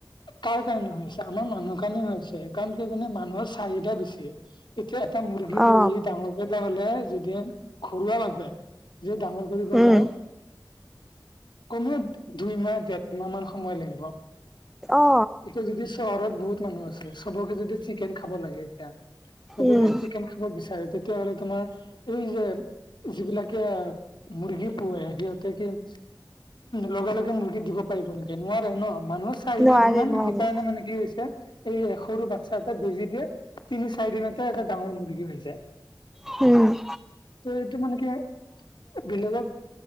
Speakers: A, on the left; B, in the centre.
A: কাৰ কাৰণে হৈ আছে? আমাৰ মানুহৰ কাৰণে হৈ আছে কাৰণ কিয় জানে মানুহৰ চাহিদা বেছি। এতিয়া এটা মুৰ্গী
B: অ
A: পুহি ডাঙৰ কৰিব হ'লে যদি ঘৰুৱা ভাবে যে, ডাঙৰ কৰিব
B: উম
A: যাওঁ। কমেও দুইমাহ, ডেৰ মাহ মান সময় লাগিব।
B: অ
A: এতিয়া যদি চহৰত বহুত মানুহ আছে চবকে যদি চিকেন খাব লাগে এতিয়া চবেই
B: উম
A: যদি চিকেন খাব বিচাৰে তেতিয়াহ'লে তোমাৰ এই যে যিবিলাকে মুৰ্গী পোহে সিহঁতে কি লগে, লগে মুৰ্গী দিব পাৰিব নেকি? নোৱাৰে ন' মানুহৰ চাহিদা
B: নোৱাৰে
A: যিমান
B: নোৱাৰে
A: সেইকাৰণে মানে কি হৈছে এই সৰু বাচ্ছা এটা বেজি দিয়ে। তিনি চাৰি দিনতে এটা ডাঙৰ মুৰ্গী হৈ যায়।
B: হম
A: এই তোমালোকে বেলেগক